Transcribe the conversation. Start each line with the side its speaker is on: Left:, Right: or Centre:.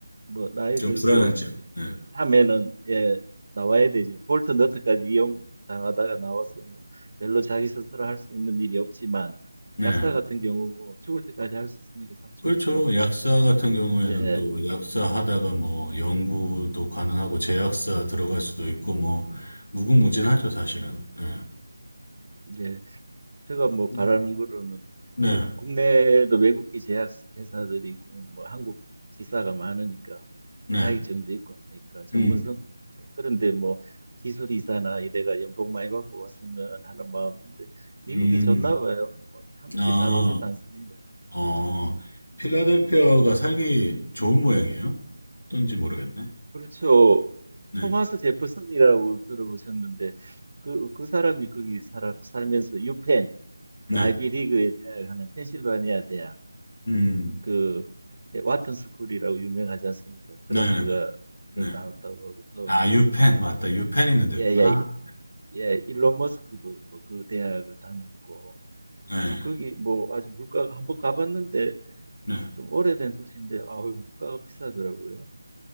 Right: 뭐 나이
Left: 좀
Right: 들고
Left: 불안한 점. 네,
Right: 하면은 예 나와야 되죠. 볼트 너트까지 이용 당하다가 나와서 뭐 별로 자기 스스로 할 수 있는 일이 없지만
Left: 네.
Right: 약사 같은 경우 뭐 죽을 때까지 할 수 있으니까 참 좋죠.
Left: 그렇죠. 약사 같은 경우에는
Right: 네,
Left: 또 약사 하다가 뭐 연구도 가능하고 제약사 들어갈 수도 있고 뭐 무궁무진하죠, 사실은. 예.
Right: 네. 제가 뭐 바라는
Left: 음.
Right: 거로는
Left: 네,
Right: 뭐 국내에도 외국계 제약 회사들이 있고 뭐 한국 지사가 많으니까
Left: 네,
Right: 자격증도
Left: 네.
Right: 있고 하니까 전문성
Left: 음,
Right: 그런데 뭐 기술 이사나 이래가 연봉 많이 받고 왔으면 하는 마음인데 미국이
Left: 음,
Right: 좋나 봐요. 뭐 한국에
Left: 아,
Right: 잘 오지도 않습니다.
Left: 어, 필라델피아가 살기 좋은 모양이에요? 어떤지 모르겠네.
Right: 그렇죠.
Left: 네,
Right: 토마스 제퍼슨이라고 들어보셨는데 그 그 사람이 거기 살아 살면서 유펜
Left: 네,
Right: 그 아이비리그에 대학하는 펜실바니아 대학
Left: 음,
Right: 그 와튼 스쿨이라고 유명하지 않습니까?
Left: 네,
Right: 트럼프가
Left: 네, 네.
Right: 그 나왔다고
Left: 네.
Right: 하고 또
Left: 아, 유펜, 맞다. 유펜 있는 데구나.
Right: 예예예 일론 머스크도 또 그 대학을 다녔고
Left: 네,
Right: 그래서 거기 뭐 아주 물가가 한번 가봤는데
Left: 네.
Right: 좀 오래된 도시인데 아우 물가가 비싸더라고요.